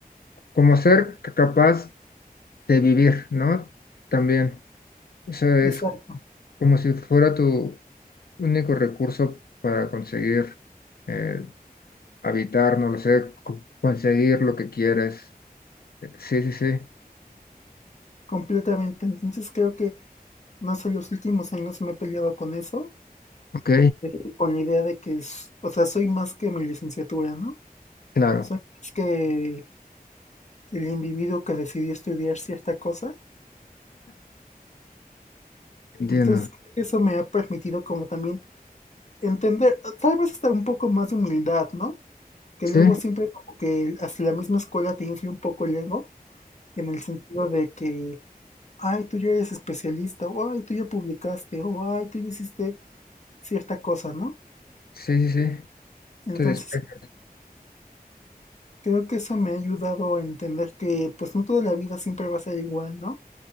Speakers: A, on the left; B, on the left.
A: como ser ca- capaz de vivir, ¿no? También. O sea, es
B: Exacto,
A: como si fuera tu único recurso para conseguir eh, habitar, no lo sé, co- conseguir lo que quieres Sí, sí, sí.
B: completamente. Entonces creo que, no sé, los últimos años me he peleado con eso,
A: Ok,
B: de- con la idea de que, es- o sea, soy más que mi licenciatura, ¿no?
A: claro,
B: Soy más que el individuo que decidió estudiar cierta cosa.
A: entiendo.
B: Entonces creo que eso me ha permitido como también entender, tal vez hasta un poco más de humildad, ¿no? que
A: Sí,
B: luego siempre como que hasta la misma escuela te infla un poco el ego, en el sentido de que, ay, tú ya eres especialista, o ay, tú ya publicaste, o ay, tú ya hiciste cierta cosa, ¿no?
A: sí, sí, sí.
B: Entonces,
A: Te despeja.
B: creo que eso me ha ayudado a entender que pues no toda la vida siempre va a ser igual, ¿no?